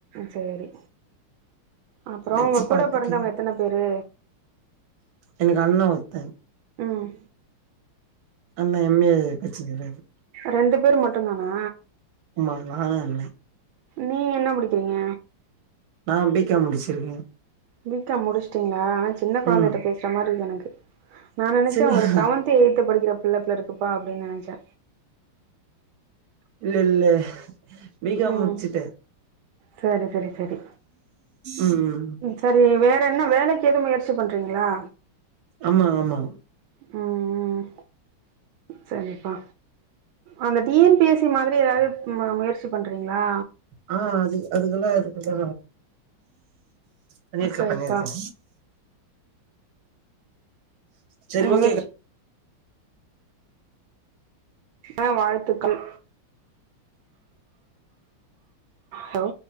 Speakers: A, on the right (about 75°); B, on the right (about 55°).
A: செரி அப்றோ
B: வெச்சு
A: ஒங்க கூட
B: பாத்துட்டு
A: பொறந்தவ்ங்க எத்தன பேரு
B: எனக்கு அண்ணெ ஒருத்த
A: ம்
B: அண்ணா எம் ஏ பச்சிகிறாரு
A: ரெண்டு பேர் மட்டுந்தானா
B: ஆமா நானு அண்ணே
A: நீங் என்ன படிக்கிறீங்க
B: நான் பீக்காம் முடிச்சிருக்கே
A: பீக்காம் முடிஷ்ட்டீங்ளா சின்ன கொழந்தட்ட
B: ம்
A: பேசுற மாரிக் எனக் நா நெனைச்சே
B: சின்ன
A: ஒரு செவன்த் எய்த்து படிக்கிற பிள்ளைபோலருக்கு பா அப்டீன்னு நெனைச்சே
B: இல்ல இல்ல பீகாம்
A: ம்
B: முட்ச்சுட்டே
A: சரி சரி செரி
B: ம் ம்
A: செரி வேற என்ன வேலைக்கு எது முயற்சி பண்றீங்ளா
B: ஆமா ஆமா
A: ம் ம் சரிப்பா அந்த T N P S C மாதிரி எதாவது ம முயற்சி பண்றீங்ளா
B: அ அ அது அதுக்கெல்லா அது கொஞ்சோ பண்ணிருக்கே
A: சரிப்பா
B: பண்ணிருக்கே செரி ஓகேக்கா
A: முயற்சி அ வாழ்த்துக்கள் ஹலோ